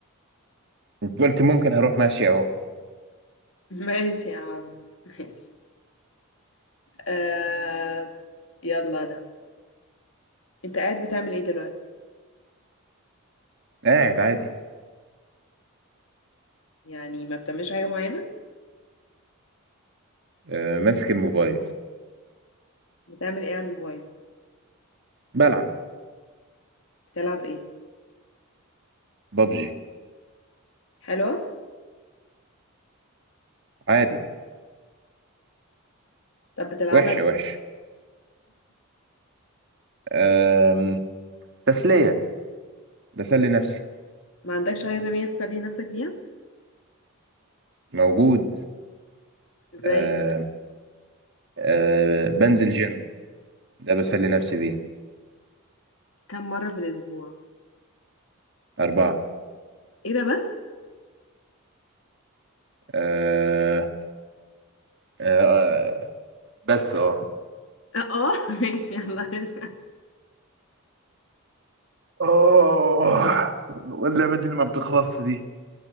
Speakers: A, on the right; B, on the left.
A: انت قلت ممكن هروح ماشي اهو
B: <laughs> ماشي يا عم ماشي آه يلا أنا أنت قاعد بتعمل إيه دلوقتي؟
A: قاعد عادي
B: يعني ما بتعملش حاجة معينة؟
A: آه ماسك الموبايل
B: بتعمل إيه على الموبايل؟
A: بلعب
B: بتلعب إيه؟
A: ببجي
B: حلوة؟
A: عادي
B: طب بتلعبها
A: وحشه
B: ليه؟
A: وحشه آم، تسليه بسلي نفسي
B: ما عندكش حاجة تانية تسلي نفسك بيها؟
A: موجود
B: زي
A: آه آه بنزل جيم ده بسلي نفسي بيه
B: كم مرة في الأسبوع
A: أربعة
B: ايه ده بس
A: آه آه آه بس اه
B: اه <laughs> ماشي يلا هسأل.
A: اوه واللعبة دي اللي ما بتخلصش دي